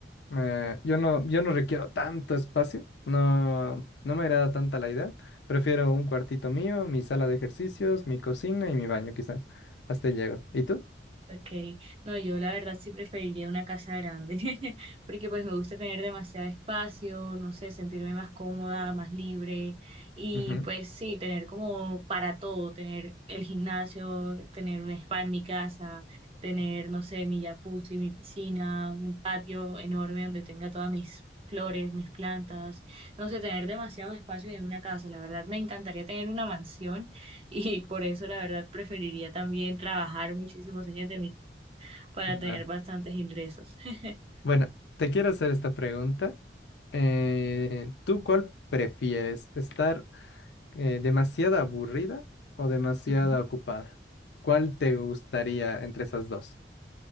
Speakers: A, on the left; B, on the right.
A: Eh, yo no, yo no requiero tanto espacio, no, no me agrada tanta la idea. Prefiero un cuartito mío, mi sala de ejercicios, mi cocina y mi baño quizá. Hasta ahí llego. ¿Y tú?
B: Okay, no, yo la verdad sí preferiría una casa grande, <laughs> porque pues me gusta tener demasiado espacio, no sé, sentirme más cómoda, más libre y
A: Ujú.
B: pues sí, tener como para todo, tener el gimnasio, tener un spa en mi casa, tener, no sé, mi jacuzzi, mi piscina, un patio enorme donde tenga todas mis flores, mis plantas, no sé, tener demasiados espacios en una casa, la verdad me encantaría tener una mansión y por eso, la verdad, preferiría también trabajar muchísimos años de mi vida para
A: Ah,
B: tener bastantes ingresos. <laughs>
A: Bueno, te quiero hacer esta pregunta. Eh, ¿tú cuál prefieres? ¿Estar eh, demasiada aburrida o demasiada
B: Ujú.
A: ocupada? ¿Cuál te gustaría entre esas dos?